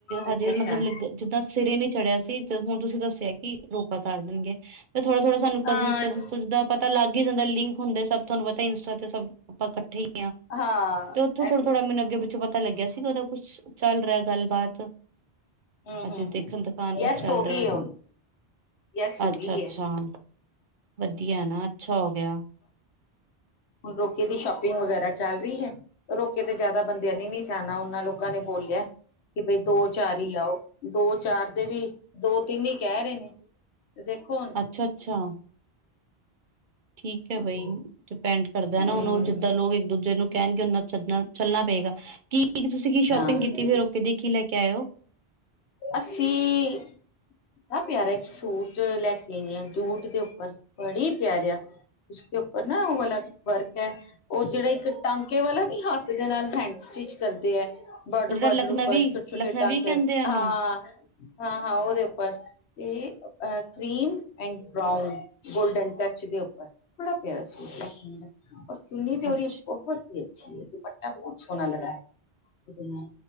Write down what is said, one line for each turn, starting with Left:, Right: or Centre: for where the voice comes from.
Left: ਅੱਛਾ
Right: ਹਜੇ
Left: ਅੱਛਾ
Right: ਮਤਲਬ ਜਿੱਦਾਂ ਸਿਰੇ ਨੀ ਚੜਿਆ ਸੀ। ਹੁਣ ਤੁਸੀਂ ਦੱਸਿਆ ਕੀ ਰੋਕਾ ਕਰ ਦੇਣਗੇ ਤੇ ਥੋੜਾ-ਥੋੜਾ ਸਾਨੂੰ
Left: ਅ
Right: ਕਜ਼ਨ-ਕਜ਼ਨ ਤੋਂ ਜਿੱਦਾਂ ਪਤ ਪਤਾ ਲੱਗ ਹੀ ਜਾਂਦਾ ਲਿੰਕ ਹੁੰਦੇ ਸਭ ਤੁਹਾਨੂੰ ਪਤਾ ਇੰਸਟਾ ਤੇ ਸਭ ਆਪਾਂ ਕੱਠੇ ਹੀ ਤੇ
Left: ਹਾਂ
Right: ਓਥੋਂ ਥੋੜਾ-ਥੋੜਾ ਮੈਨੂੰ ਅੱਗੇ ਪਿੱਛੋਂ ਪਤਾ ਲੱਗਿਆ ਸੀਗਾ ਓਹਦਾ ਕੁੱਛ ਚੱਲ ਰਿਹਾ। ਗੱਲਬਾਤ
Left: ਹੂੰ ਹੂੰ
Right: ਅਜੇ
Left: ਹੂੰ
Right: ਦੇਖਣ ਦਿਖਾਣ ਕੁਛ
Left: ਯੈਸ
Right: ਚੱਲ
Left: ਹੋ ਗਈ
Right: ਰਿਹਾ?
Left: ਹੈ ਹੁਣ ਯੈਸ ਹੋ
Right: ਅੱਛਾ-ਅੱਛਾ
Left: ਗਈ ਹੈ
Right: ਵਧੀਆ ਨਾ ਅੱਛਾ ਹੋ ਗਿਆ।
Left: ਹੁਨ ਰੋਕੇ ਦੀ ਸ਼ੋਪਿੰਗ ਵਗੈਰਾ ਚੱਲ ਰਹੀ ਹੈ, ਰੋ ਕਿਤੇ ਜ਼ਿਆਦਾ ਬੰਦਿਆਂ ਨੇ ਨੀ ਜਾਨਾ ਓਹਨਾ ਲੋਕਾਂ ਨੇ ਬੋਲਿਆ। ਕੀ ਬਈ ਦੋ ਚਾਰ ਹੀ ਆਓ ਦੋ ਚਾਰ ਦੇ ਵੀ ਦੋ ਤਿੰਨ ਹੀ ਕਹਿ ਰਹੇ ਨੇ। ਤੇ ਦੇਖੋ ਹੁਣ
Right: ਅੱਛਾ-ਅੱਛਾ। ਠੀਕ ਹੈ
Left: ਹਮ
Right: ਬਈ ਡਿਪੈਂਡ ਕਰਦਾ
Left: ਹਮ
Right: ਨਾ ਹੁਣ ਓਹ ਜਿੱਦਾਂ ਲੋਗ ਇੱਕ ਦੂਜੇ ਨੂੰ ਕਹਿਨਗੇ ਓਹਨਾਂ ਚਲਨਾ ਚੱਲਨਾ ਪਏਗਾ, ਕੀ ਤੁਸੀਂ ਕੀ ਸ਼ੋਪਿੰਗ
Left: ਹਾਂ
Right: ਕੀਤੀ ਫਿਰ ਰੋਕੇ ਦੀ ਕੀ ਲੈ ਕੇ ਆਏ ਔ?
Left: ਅਸੀਂ। ਬੜਾ ਪਿਆਰਾ ਇੱਕ ਸੂਟ ਲੈ ਕੇ ਆਈ ਆ ਜੂਟ ਦੇ ਉੱਪਰ ਬੜੀ ਪਿਆਰਿਆ। ਉਸਕੇ ਉਪਰ ਨਾ ਉਹ ਵਾਲਾ ਵਰਕ ਹੈ ਉਹ ਜੇੜੇ ਇੱਕ ਟਾਂਕੇ ਵਾਲਾ ਨੀ ਹੱਥ ਦੇ ਨਾਲ ਹੇਂਡਸ ਸਟਿਚ ਕਰਦੇ ਐ ਬਾਰਡਰ-ਬਾਰਡਰ
Right: ਉਹ ਜਿਹੜਾ ਲਖਨਵੀ
Left: ਉਪਰ ਛੋਟੇ-ਛੋਟੇ
Right: ਲਖਨਵੀ
Left: ਟਾਂਕਯਾ
Right: ਕਹਿੰਦੇ ਆ ਇਹਨੂੰ
Left: ਹਾਂ-ਹਾਂ-ਹਾਂ ਉਹਦੇ ਉੱਪਰ ਤੇ cream and brown golden touch ਦੇ ਉੱਪਰ। ਬੜਾ ਪਿਆਰਾ ਸੂਟ ਲੇਕੇ ਆਈ ਆ ਔਰ ਚੁੰਨੀ ਤੇ ਔਰ
Right: ਅੱਛਾ
Left: ਇਹ ਬਹੁਤ ਹੀ ਅੱਛੀ ਹੈ ਦੁਪਟਾ ਬਹੁਤ ਸੋਣਾ ਲਗਾਇਆ।